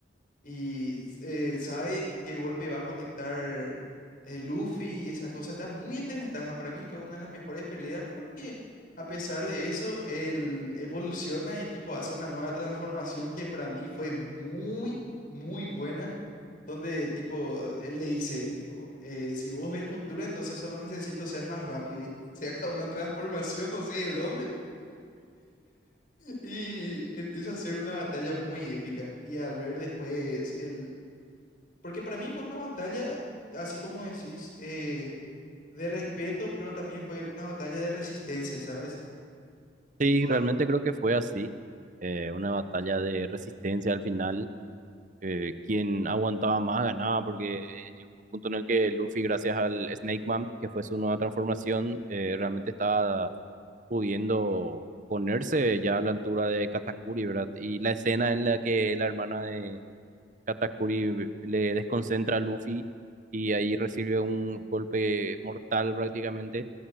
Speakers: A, on the left; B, on the right.
A: Y eh, sabe qué golpe va a conectar eh, Luffy y esa cosa. Está muy en desventaja. Para mí fue una de las mejores peleas porque a pesar de eso, él evoluciona y tipo hace una nueva transformación que para mí fue muy, muy buena. Donde tipo, él le dice, tipo, eh, si vos ves el futuro, entonces solo necesito ser más rápido. Y <laughs> se saca una transformación, no sé de dónde, y empieza a ser una batalla muy épica. Y al ver después el porque para mí fue una batalla, así como decís, eh, de respeto, pero también fue una batalla de resistencia, ¿sabes? Tipo,
B: Sí, realmente creo que fue así, eh, una batalla de resistencia al final. eh, quien aguantaba más ganaba, porque llegó un punto en el que Luffy, gracias al Snake Man, que fue su nueva transformación, eh, realmente estaba pudiendo ponerse ya a la altura de Katakuri, ¿verdad? Y la escena en la que la hermana de Katakuri le desconcentra a Luffy y ahí recibe un golpe mortal prácticamente